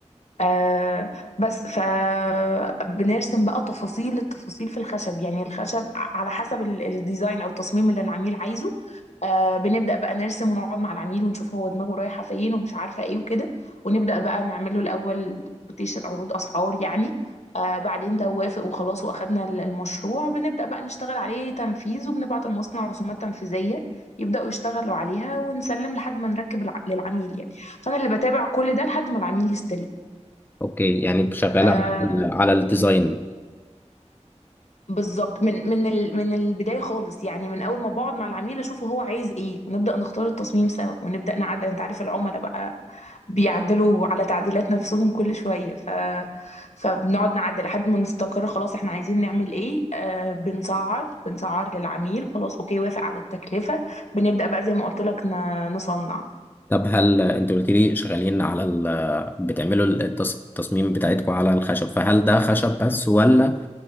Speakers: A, on the left; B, on the left.
A: آه بس فبنرسم بقى تفاصيل التفاصيل في الخشب يعني الخشب على حسب ال- الديزاين او التصميم اللي العميل عايزه آه بنبدأ بقى نرسم ونقعد مع العميل ونشوف هو دماغه رايحة فين ومش عارفة ايه وكده ونبدأ بقى نعمل له الاول كوتيشن عروض اسعار يعني آه بعدين لو وافق وخلاص واخدنا ال- المشروع بنبدأ بقى نشتغل عليه تنفيذ وبنبعت المصنع رسومات تنفيذية يبدأوا يشتغلوا عليها ونسلم لحد ما نركب الع- للعميل يعني فأنا اللي بتابع كل ده لحد ما العميل يستلم
B: اوكي يعني شغالة
A: آه
B: على ال- على الديزاين
A: بالظبط من من ال- من البدايه خالص يعني من اول ما بقعد مع العميل اشوفه هو عايز ايه ونبدا نختار التصميم سوا ونبدا نعدل انت عارف العملاء بقى بيعدلوا على تعديلات نفسهم كل شويه ف فبنقعد نعدل لحد ما نستقر خلاص احنا عايزين نعمل ايه آه بنسعر بنسعر للعميل خلاص اوكي وافق على التكلفه بنبدا بقى زي ما قلت لك ن- نصنع
B: طب هل انت قلت لي شغالين على ال... بتعملوا التص- التصميم بتاعتكم على الخشب فهل ده خشب بس ولا